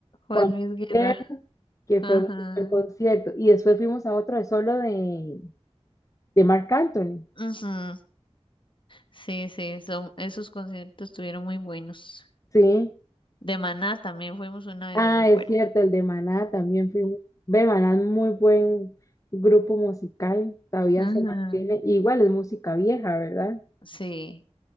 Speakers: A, on the left; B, on the left.
A: Juan
B: Juan
A: Luis Guerra.
B: Gabriel, que fue
A: Ajá.
B: un buen concierto? Y después fuimos a otro de solo de, de Marc Anthony.
A: Ujú. Sí, sí, son, esos conciertos estuvieron muy buenos.
B: Sí.
A: De Maná también fuimos una vez,
B: Ah,
A: yo me acuerdo.
B: es cierto, el de Maná también fue, un- ve, Maná es muy buen grupo musical, todavía
A: Ajá.
B: se mantiene, igual es música vieja, ¿verdad?
A: Sí.